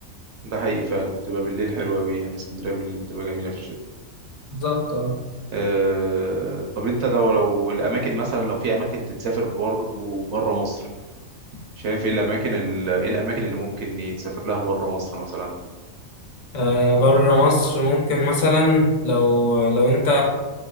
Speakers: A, on the right (about 65°); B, on the left (about 65°).
A: ده حقيقي فعلا بتبقى بالليل حلوة قوي يعني اسكندرية بالليل بتبقى جميلة في الشتاء
B: بالظبط اه
A: آه، طب انت لو لو الاماكن مثلا لو في اماكن تتسافر برضه بره مصر شايف ايه الاماكن ال- ايه الاماكن اللي ممكن يتسافر لها بره مصر مثلا
B: آه بره مصر ممكن مثلا لو لو انت